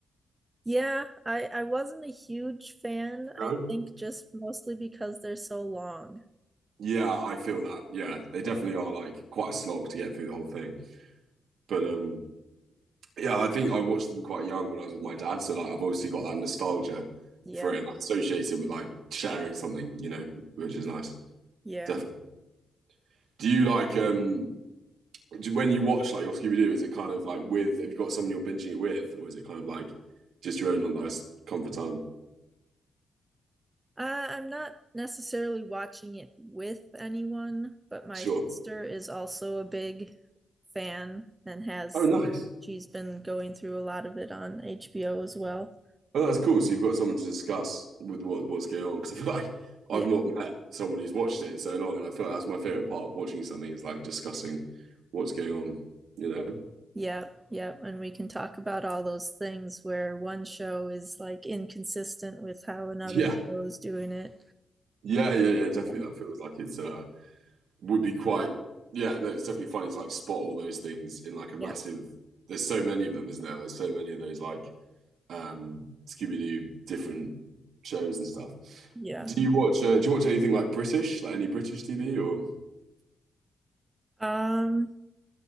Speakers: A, on the right (about 15°); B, on the right (about 75°).
A: Yeah, I I wasn't a huge fan.
B: No.
A: I think just mostly because they're so long.
B: Yeah, I feel that. Yeah, they definitely are like quite a slog to get through the whole thing. But um, yeah, I think I watched them quite young when I was with my dad, so like I've obviously got that nostalgia
A: Yeah.
B: for it and I associate it with like sharing something, you know, which is nice.
A: Yeah.
B: Definitely. Do you like um do, when you watch like your Scooby Doo, is it kind of like with have you got someone you're binging it with, or is it kind of like just your own like nice comfort time?
A: Uh, I'm not necessarily watching it with anyone, but my
B: Sure.
A: sister is also a big fan and has
B: Oh, nice.
A: she's been going through a lot of it on HBO as well.
B: Oh, that's cool. So you've got someone to discuss with what what's going on because I feel like
A: Yeah,
B: I've not met someone who's watched it in so long, and I feel like that's my favorite part of watching something is like discussing what's going on. You know? <laughs>
A: yeah, yeah. And we can talk about all those things where one show is like inconsistent with how another
B: Yeah,
A: show is doing it.
B: yeah, yeah, yeah. Definitely,
A: Yeah,
B: that feels like it's uh would be quite. Yeah, no, it's definitely funny to like spot all those things in like a massive.
A: yeah,
B: There's so many of them, isn't there? There's so many of those like um Scooby-Doo different shows and stuff.
A: yeah.
B: Do you watch? Uh, do you watch anything like British, like any British TV or?
A: Um,